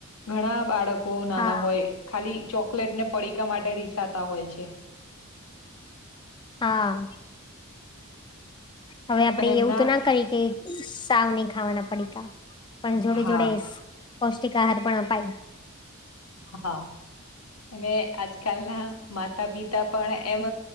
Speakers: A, on the left; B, on the left.
A: ઘણા બાળકો નાના
B: હા
A: હોય ખાલી ચોકલેટ ને પડીકા માટે રીસાતા હોય છે
B: હા હવે આપણે
A: અને એમના
B: એવું તો ના કરી કે સાવ નહી ખાવાના પડીકા પણ જોડે
A: હા
B: જોડે પૌષ્ટિક આહાર આપાય
A: હા અને આજકાલના માતા પિતા પણ એમ